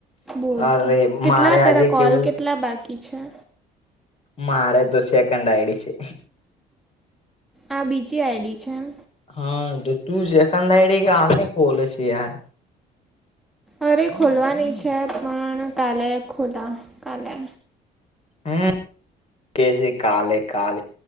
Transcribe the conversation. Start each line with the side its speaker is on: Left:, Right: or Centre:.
Centre: બોલતો
Left: અરે
Centre: કેટલા
Left: મારે
Centre: તારા
Left: આજે કેવું
Centre: કોલ કેટલા બાકી છે?
Left: મારે તો સેકન્ડ આઈડી છે.
Centre: આ બીજી આઈડી છે એમ.
Left: હા તો તું સેકન્ડ આઈડી ગામની ખોલે છે યાર
Centre: અરે ખોલવાની છે પણ કાલે ખોલ કાલે.
Left: હમ કેજે કાલે કાલે,